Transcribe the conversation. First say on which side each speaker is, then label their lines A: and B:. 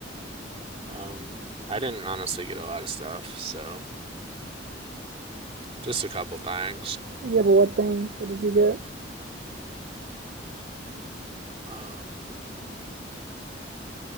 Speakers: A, on the right; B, on the right.
A: Um, I didn't honestly get a lot of stuff, so just a couple things.
B: Yeah, but what things? What did you get?
A: Um,